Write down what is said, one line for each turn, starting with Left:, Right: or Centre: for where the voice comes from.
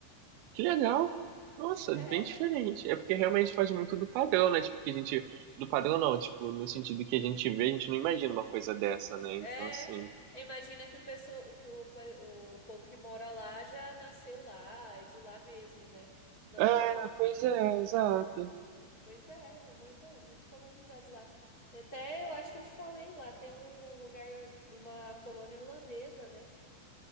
Right: Que legal.
Left: Foi.
Right: Nossa,
Left: <laughs>
Right: bem diferente. É porque realmente faz
Left: É.
Right: muito do padrão, né? Tipo, que a gente. Do padrão não, tipo, no sentido que a gente vê, a gente não imagina uma coisa dessa, né?
Left: É,
Right: Então, assim.
Left: imagina que o pessoal, que o, pe- o povo que mora lá já nasceu lá, é de lá mesmo, né? Não
Right: É,
Left: que for.
Right: pois é, exato.
Left: Pois é, é muito, é muito colonizado lá. Até eu acho que eu te falei lá, tem um lugar, uma colônia holandesa, né?